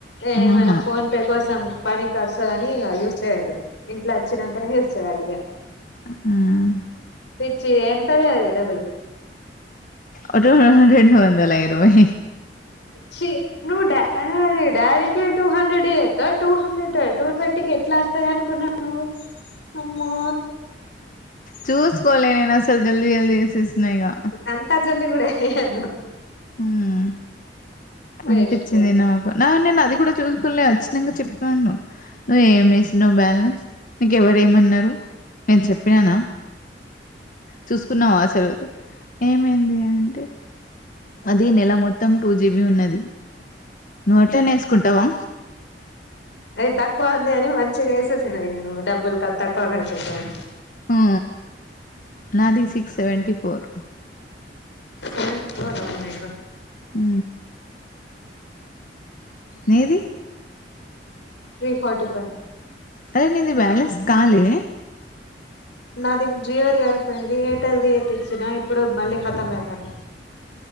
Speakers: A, on the left; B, on the left.
A: ఏమైనా
B: ఆహా
A: ఫోన్ పే కోసం పనికొస్తదని ఇగా యూజ్ చేయొద్దు ఇంట్ల అచ్చినంకనే యూస్ చేయాలి ఇగ
B: హ్మ్
A: పిచ్చి ఎంతది అది డబ్బులు
B: ఒ టు రెండువందల ఇరవై
A: ఛి నువ్వు డా డాడికి టూ హండ్రెడ్ ఇయా టూ హండ్రెడ్ టూ ట్వంటీకి ఎట్లొస్తది అనుకున్నవ్ నువు అమ్మో
B: చూసుకోలే నేను అసలు జల్దీ జల్దీ ఏసేసినా యిగా
A: అంతా జల్ది కూడ వేయొద్దు
B: హ్మ్
A: వేస్ట్
B: అనిపించింది
A: ఫెలో
B: నాకు నా నేను అది కూడా చూసుకులే వచ్చినంక చెప్పాను నువ్వు ఏం వేసినావ్ బ్యాలెన్స్ నీకెవరూ ఏమన్నారు నేను చెప్పిననా చూసుకున్నవా అసలైతే ఏమైంది అంటే అది నెల మొత్తం టూ జీబి ఉన్నది నువ్వు అట్లనే వేసుకుంటావా
A: అది తక్కువ ఉంది అని మంచిగా వేసేసినవ్ ఇంక నువ్ డబ్బులు తక్కువ ఖర్చయితయని
B: ఉ నాది six seventy four
A: seventy four ఆ ఒ మై గాడ్
B: ఊ
A: <inaudible>
B: నీది
A: త్రీ ఫార్టీ ఫైవ్
B: అదే నీది బ్యాలెన్స్ కాలే
A: నాది జియోది అయిపోయింది. ఎయిర్టెల్ది ఏపిచ్చినా ఇప్పుడు మళ్ళీఖతం అవుతాంది.